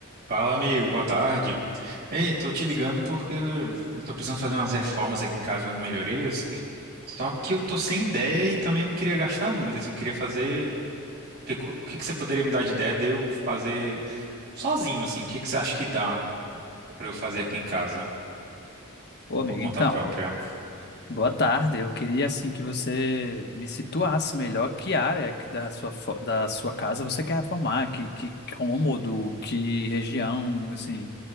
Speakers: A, on the right (about 50°); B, on the left (about 50°).
A: Fala, amigo, boa tarde. Ei, tô te ligando porque eu tô precisando fazer umas reformas aqui em casa, umas melhorias. Só que eu tô sem ideia e também eu não queria gastar muito, assim, eu queria fazer. O que, co- que, que você poderia me dar de ideia de eu fazer sozinho, assim? O que, que você acha que dá pra eu fazer aqui em casa,
B: Ô, amigo,
A: por conta
B: então,
A: própria?
B: eu- boa tarde. Eu queria, assim, que você me situasse melhor que área que da sua, fo- da sua casa você quer reformar, que, que cômodo, que região, assim,